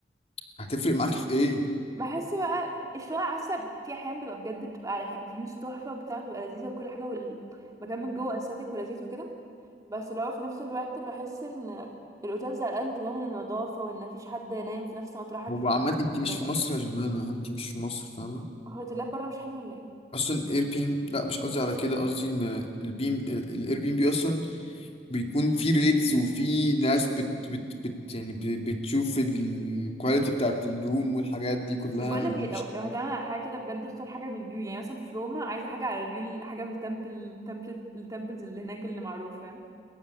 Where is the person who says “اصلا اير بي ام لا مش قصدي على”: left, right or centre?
Left